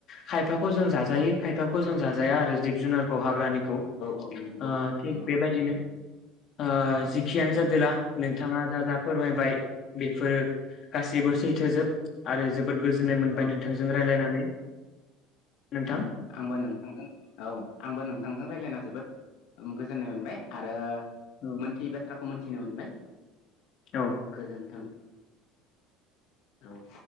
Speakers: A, on the left; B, on the left.
A: खायफाखौ जों जाजायो खायफाखौ जों जाजाया आरो जिब जुनारखौ हाग्रानि खौ
B: औ औ नंगौ
A: ओ थिग
B: नंगौ
A: बेबायदिनो ओह जिखियानो
B: औ
A: जादोला नोंथाङा जा जा फोरमायबाय बेफोरो गासैबो सैथोजोब आरो जोबोद गोज जोननाय मोनबाय
B: औ
A: नोंथांजों रायलायनानै। नोंथां
B: औ आंबो नोंथांजों औ आंबो नोंथांजों रायलायना जोबोद ओम गोजोननाय मोनबाय आरो
A: औ
B: मोनथियै बाथ्राखौ मोनथिनो मोनबाय
A: औ
B: गोजोन्थों औ।